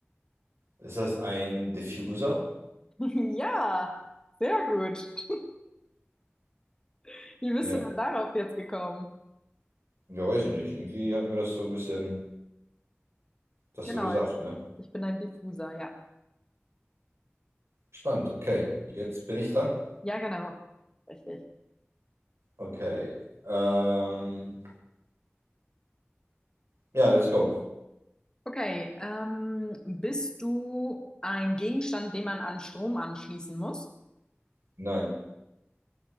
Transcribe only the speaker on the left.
<laughs> Ja, sehr gut. <laughs> Wie bist
du denn darauf jetzt gekommen?
Genau,
ich bin ein Diffuser, ja.
Ja, genau. Richtig.
Okay, ähm, bist du ein Gegenstand, den man an Strom anschließen muss?